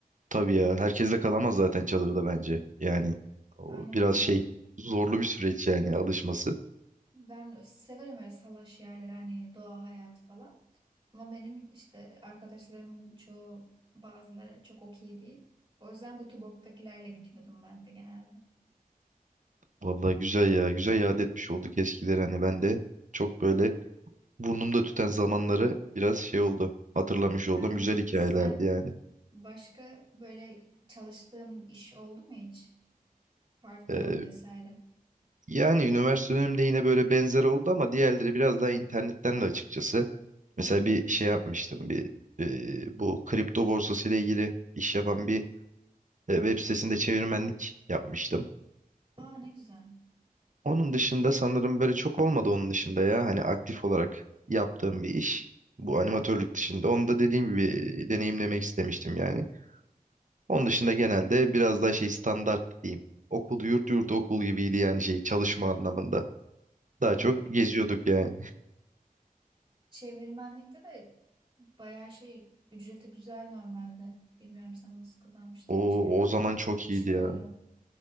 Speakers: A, on the right; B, on the right.
A: Tabii ya. Herkes de kalamaz zaten çadırda bence. Yani o
B: Aynen
A: biraz
B: aynen.
A: şey zorlu bir süreç yani alışması.
B: Ben severim öyle salaş yerler hani doğa hayatı falan. Ama benim işte arkadaşlarımın çoğu bazıları çok okey değil. O yüzden bu Tuborg'dakilerle gidiyordum ben de genelde.
A: Vallahi güzel ya. Güzel yad etmiş olduk eskileri hani ben de çok böyle Burnumda tüten zamanları biraz şey oldu. Hatırlamış
B: Aynen.
A: oldum. Güzel hikayelerdi
B: Sen
A: yani.
B: başka böyle çalıştığın iş oldu mu hiç? Part-time
A: Ee,
B: vesaire.
A: yani üniversite dönemimde yine böyle benzer oldu ama diğerleri biraz daha internetten de açıkçası. Mesela
B: Hmm.
A: bir şey yapmıştım. Bir e, bu kripto borsası ile ilgili iş yapan bir e, web sitesinde çevirmenlik yapmıştım.
B: Aa ne güzel.
A: Onun dışında sanırım böyle çok olmadı onun dışında ya. Hani aktif olarak yaptığım bir iş. Bu animatörlük
B: Hmm.
A: dışında. Onu da dediğim gibi deneyimlemek istemiştim yani. Onun dışında genelde biraz daha şey standart diyeyim. Okul yurt yurt okul gibiydi yani şey çalışma anlamında. Daha
B: Evet.
A: çok geziyorduk yani.
B: Çevirmenlikte de bayağı şey ücreti güzel normalde. Bilmiyorum sen nasıl kazanmıştın.
A: O
B: Çevirmenlikte
A: o zaman
B: hep
A: çok
B: var, iş
A: iyiydi
B: var
A: ya.
B: diyor.